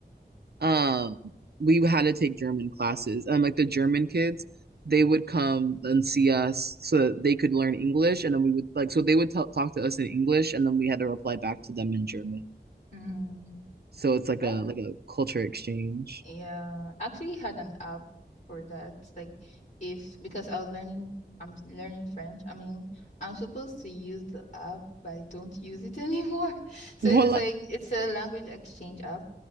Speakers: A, on the right; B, on the left.
A: um we had to take German classes, and like the German kids, they would come and see us so that they could learn English, and then we would like so they would t- talk to us in English, and then we had to reply back to them in German.
B: Mm,
A: So it's like
B: that,
A: a like a culture exchange.
B: yeah, I actually had an app for that. Like, if because I was learning, I'm learning French. I mean, I'm supposed to use the app, but I don't use it <laughs> anymore. So
A: What
B: it's like
A: Mm.
B: it's a language exchange app.